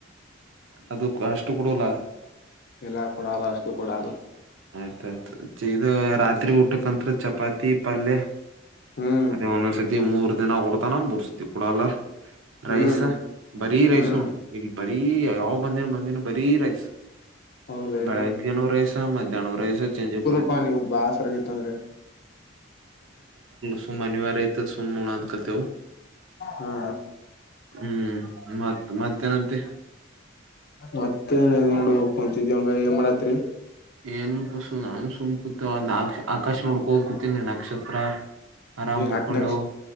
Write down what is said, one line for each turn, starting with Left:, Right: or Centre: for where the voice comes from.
Right: ಅದು ಅಷ್ಟು ಕೊಡಲಾ.
Left: ಎಲ್ಲಾ ಕೊಡಲ್ಲ ಅಷ್ಟು ಕೊಡಲ್ಲ
Right: <unintelligible> ಇದು ರಾತ್ರಿ ಊಟ ಕಂತ್ರು ಚಪಾತಿ ಪಲ್ಯ
Left: ಹ್ಮ್
Right: ಅದೇ ಒಂದ್ ಒಂದ್ ಸತ್ ಮೂರ್ ದಿನ ಬುಡ್ತಾನ ಮೂರ್ ಸತಿ ಕೊಡಲ್ಲ ರೈಸ್
Left: ಹ್ಮ್
Right: ಬರೀ ರೈಸ್
Left: ಹ್ಮ್
Right: ನೋಡು ಇಲ್ಲಿ ಬ ಬರೀ ಯಾವ್ ಬಂದಿನ ಬಂದಿನಿ ಬರೀ ರೈಸ್
Left: ಹೌದೇ
Right: ಬೆಳಗ್ಗೆನು ರೈಸ ಮಧ್ಯಾನ್ ರೈಸ ಚೆಂಜಿ
Left: ಅಪ್ಪ ನೀಮ್ ಬ್ಯಾಸರಾಗಿತ್ತಂದ್ರೆ
Right: ಸುಮ ಅನಿವಾರ್ಯಯತ ಸುಮ್ ಉನ್ನಾಕ್ ಹತ್ತಿವು
Left: ಹಾ
Right: ಹ್ಮ್ ಮತ್ ಮತ್ತೇನಂತಿ
Left: ಮತ್ತೆನಿಲ್ಲ ನೋಡಪ್ಪ ಹಂಗಾಗಿ ಎನ್ಮದತ್ತಿರಿ
Right: ಏನು ಪುಸು ನಾನು ಸು ಕುತು ನಾಕ್ ಆ ಆಕಾಶ ನೋಡ್ ಕೋಂಡ್ ಕುೂತೀನಿ ನಕ್ಷತ್ರ ಆರಾಮ್ ಮಕೊಂಡವು
Left: ಆಟ್ ನಕ್ಷ